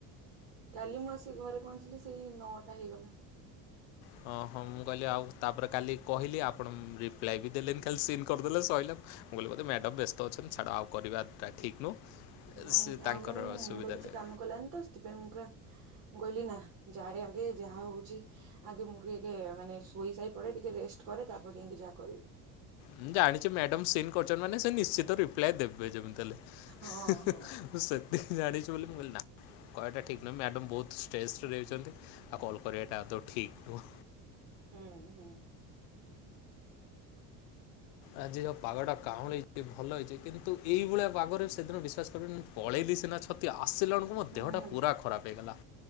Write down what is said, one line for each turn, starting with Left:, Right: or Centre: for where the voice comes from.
Right: କାଲି ମୁଁ ଆସି ଘରେ ପହଞ୍ଚିଲି ସେଇ ନଅଟା ହେଇଗଲା।
Left: ହଁ ହଁ ମୁଁ କହିଲି ଆଉ ତା ପରେ କାଲି କହିଲି ଆପଣ ରିପ୍ଲାଏ ବି ଦେଲେନି ଖାଲି ସିନ୍ କରିଦେଲେ ସଇଲା। ମୁଁ କହିଲି ବୋଧେ ମ୍ୟାଡ଼ମ୍ ବ୍ୟସ୍ତ ଅଛନ୍ତି ଛାଡ଼ ଆଉ କରିବାଟା ଠିକ୍ ନୁହଁ।
Right: ନାଇଁ
Left: ସେ ତାଙ୍କର
Right: ଆଉ ମାନେ <unintelligible> ମୋ
Left: ସୁବିଧା
Right: ମୁଣ୍ଡ କିଛି
Left: ଲାଗେ।
Right: କାମ କଲାନି ତ ସେଥିପାଇଁ ମୁଁ ପୁରା ମୁଁ କହିଲି ନା ଯାଏ ଆଗେ ଯାହା ହଉଛି ଆଗେ ମୁଁ ଟିକେ ମାନେ ଶୋଇ ସାଇ ପଡେ ଟିକେ ରେଷ୍ଟ୍ କରେ ତା ପରେ ଯାଇଁକି ଯାହା କରିବି।
Left: ମୁଁ ଜାଣିଛି ମ୍ୟାଡମ୍ ସିନ୍ କରଛନ୍ତି ମାନେ ସେ ନିଶ୍ଚିତ ରିପ୍ଲାଏ ଦେବେ ଯେମିତି ହେଲେ।
Right: ହଁ
Left: ହିଁ
Right: ହଁ।
Left: ହିଁ ସେତିକି ଜାଣିଛି ବୋଲି ମୁଁ କହିଲି ନାଁ କହିବାଟା ଠିକ୍ ନୁହେଁ। ମ୍ୟାଡ଼ମ୍ ବହୁତ ଷ୍ଟ୍ରେସରେ ଯାଇଛନ୍ତି, ଆଉ କଲ୍ କରିବାଟା ଆଦୌ ଠିକ୍ ନୁହଁ।
Right: ହୁଁ ହୁଁ।
Left: ଆଜି ର ପାଗଟା କାଁଉଳି <unintelligible> ଭଲ ହେଇଛି କିନ୍ତୁ ଏଇ ଭଳିଆ ପାଗରେ ସେଦିନ ବିଶ୍ଵାସ କରିବନି ପଳେଇଲି ସିନା ଛତିଆ ଆସିଲାଣୁ ମୋ
Right: ହୁଁ
Left: ଦେହଟା
Right: ହୁଁ
Left: ପୁରା ଖରାପ ହେଇଗଲା।